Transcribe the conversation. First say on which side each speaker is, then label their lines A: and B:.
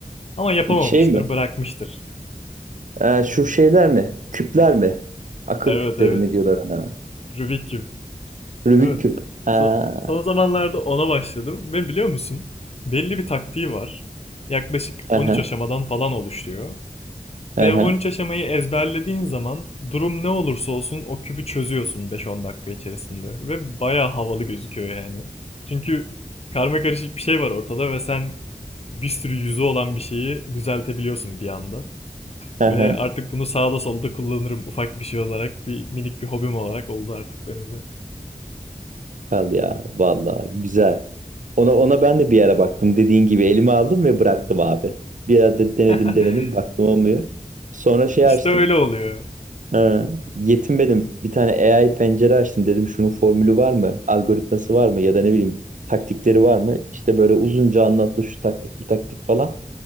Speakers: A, on the left; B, on the right.
A: Ama yapamamıştır,
B: şey mi?
A: bırakmıştır.
B: Ee, şu şeyler mi? Küpler mi? Akıl
A: Evet
B: küpleri
A: evet.
B: ne diyorlar onlara?
A: Rubik
B: Rubik
A: Evet.
B: küp. Ha.
A: So- son zamanlarda ona başladım ve biliyor musun? Belli bir taktiği var. Yaklaşık on
B: aha,
A: üç aşamadan falan oluşuyor.
B: aha.
A: Ve on üç aşamayı ezberlediğin zaman durum ne olursa olsun o küpü çözüyorsun beş on dakika içerisinde. Ve baya havalı gözüküyor yani. Çünkü karma karışık bir şey var ortada ve sen bir sürü yüzü olan bir şeyi düzeltebiliyorsun bir anda.
B: Hı
A: Böyle
B: hı.
A: artık
B: <laughs>
A: bunu sağda solda kullanırım ufak bir şey olarak. Bir minik bir hobim olarak oldu artık benim de.
B: ya. Vallahi güzel. Ona ona ben de bir ara baktım. Dediğin gibi elime aldım ve bıraktım abi. Bir ara de- denedim
A: <laughs>
B: denedim baktım olmuyor. Sonra şey
A: İşte
B: açtım.
A: öyle oluyor.
B: Ha, yetinmedim. Bir tane AI pencere açtım. Dedim şunun formülü var mı? Algoritması var mı? Ya da ne bileyim taktikleri var mı? İşte böyle uzunca anlattı şu taktik bu taktik falan.